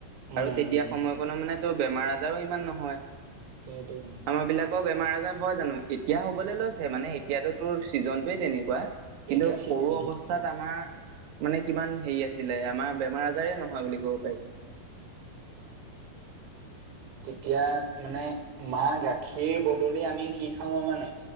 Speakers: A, on the right; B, on the right.
A: উম,
B: আৰু তেতিয়া সময়কণো মানে তো বেমাৰ আজাৰো ইমান নহয়।
A: সেইটো
B: আমাৰ বিলাকৰ বেমাৰ আজাৰ হয় জানো? এতিয়া হ'বলৈ লৈছে মানে এতিয়াতো তোৰ ছিজনটোয়ে তেনেকুৱা। কিন্তু
A: এতিয়া চিলনীটো
B: সৰু অৱস্থাত আমাৰ মানে কিমান হেৰি আছিলে আমাৰ বেমাৰ আজাৰে নহয় বুলি ক'ব পাৰি।
A: এতিয়া মানে মাহ গাখীৰ বদলি আমি কি খাওঁ মানে